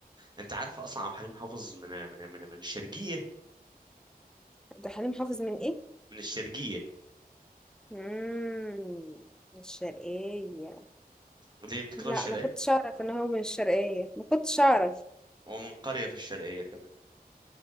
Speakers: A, on the right; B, in the centre.
A: انت عارف اصلا عبد الحليم حافظ من من من, من الشرقيه
B: عبد الحليم حافظ من ايه؟
A: من الشرقيه
B: مم. من الشرقية
A: اللي هي بتكره
B: لا
A: الشرقيه
B: ما كنتش اعرف ان هو من الشرقية ما كنتش اعرف
A: هو من قريه في الشرقيه كمان